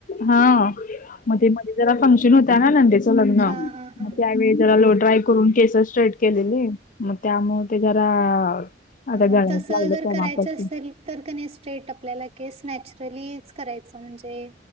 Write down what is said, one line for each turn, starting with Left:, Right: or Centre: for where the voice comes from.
Left: हा म म <unintelligible> ते जरा फंक्शन होत ना नंदेच लग्न
Right: हा हा हा
Left: त्यावेळी जरा लो ड्राय करून केस स्ट्रेट केलेली मग त्यामुळे ते जरा आता
Right: हा
Left: गळायच
Right: तसं
Left: लागलं
Right: जर
Left: तेव्हापासून
Right: करायचं असेल. तर कणी स्ट्रेट आपल्याला केस नॅचरलीच करायचा म्हणजे.